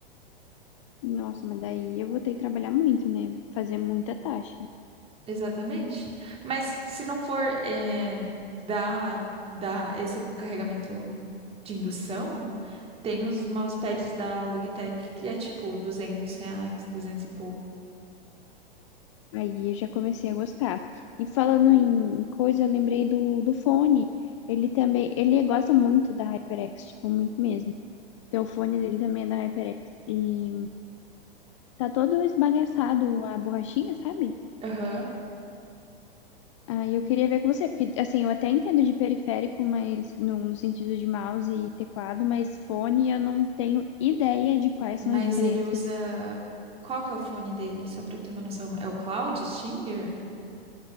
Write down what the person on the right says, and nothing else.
Exatamente. Mas se não for eh, da, da esse com carregamento de indução, tem os mousepads da Logitech que é tipo duzentos reais, duzentos e pouco.
Aham.
Mas
ele usa... Qual que é o fone dele? Só pra eu ter uma noção. É o Cloud Stinger?